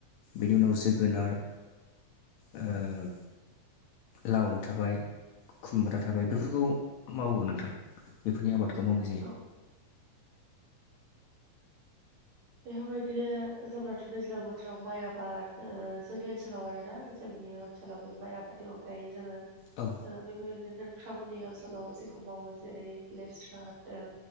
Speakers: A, on the left; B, on the right.
A: बेनि उनाव जोगोनार ओ लाव थाबाय। खुमब्रा थाबाय
B: औ
A: बेफोरखौ मावो नोंथां बेफोरनि आबादखौ मावनाय जायो
B: औ बेफोरबायदिनो जोंनाथ' दैज्लां बोथोराव माइ आबाद जोंनि ओनसोलाव आरोना जोंनि ओनसोलाव बे माइ आबादनि अनगायै जोङो
A: औ
B: बेबायदिनो नोंथांमोननि ओनसोलाव जेखौ मावो जेरै लेस्रा होनदों।